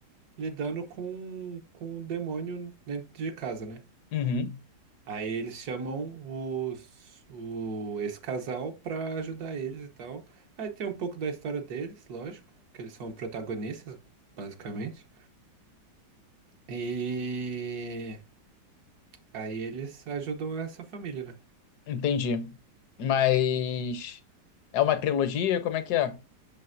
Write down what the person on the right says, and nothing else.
lidando com, com o demônio dentro de casa, né?
Aí eles chamam os, o, esse casal pra ajudar eles e tal. Aí tem um pouco da história deles, lógico, que eles são protagonistas, basicamente. E Aí eles ajudam essa família, né?